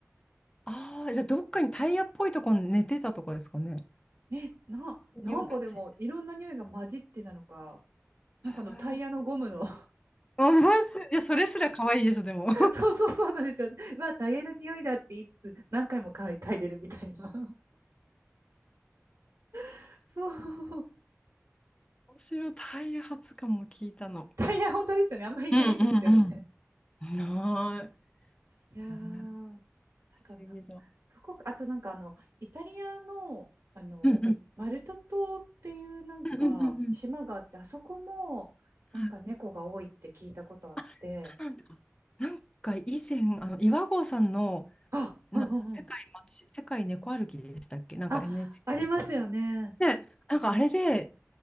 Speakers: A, on the left (about 20°); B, on the right (about 65°).
A: ああ、じゃあどっかにタイヤっぽいとこに寝てたとかですかね。
B: ね、な、なんかでもいろんな匂いが混じってなのか、
A: 匂いがつい
B: なんかあのタイヤのゴムの
A: た。へー面白い。<laughs> いや、それすら可愛いでしょ、でも。
B: <laughs> そうそうそうなんですよ。まあタイヤの匂いだって言いつつ何回も嗅い、嗅いでるみたいな。<laughs> そう。
A: <laughs> 面白い。タイヤ初かも聞いたの。
B: タイヤ本当ですよね。あんまりいないですよね。
A: うんうんうん。ない。
B: いやー、
A: うん
B: あとな、
A: 不思議だ。
B: どこか、あとなんかあの、イタリアの、あの、
A: うんう
B: マルタ島っていうなんか島があって、
A: んうんうんうんうん
B: あそこもなんか猫が多いって聞いたことあって、
A: はい。あ、そうなんだ。なんか以前、あの岩合さんの
B: あ、
A: な世界街、
B: うんうんうん。
A: 世界猫歩きでしたっけなんか
B: あ、
A: NHK
B: ありますよね。
A: で、なんかあれで、